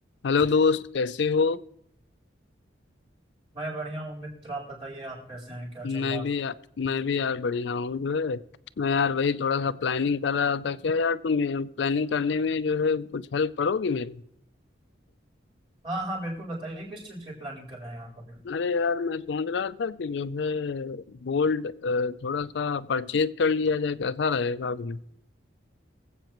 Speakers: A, on the left (about 70°); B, on the right (about 30°).
A: हेलो दोस्त कैसे हो
B: मैं बढ़िया हूँ मित्र आप बताइए आप कैसे हैं क्या चल
A: मैं
B: रहा है
A: भी या, मैं भी यार बढ़िया हूँ जो है मैं यार वही थोड़ा सा प्लानिंग कर रहा था क्या यार तुम प्लानिंग करने में जो है कुछ हेल्प करोगी मेरी
B: हाँ हाँ बिल्कुल बताइए किस चीज़ की प्लानिंग कर रहे हैं आप अभी
A: अरे यार मैं सोच रहा था कि जो है गोल्ड थोड़ा सा परचेज कर लिया जाए कैसा रहेगा अभी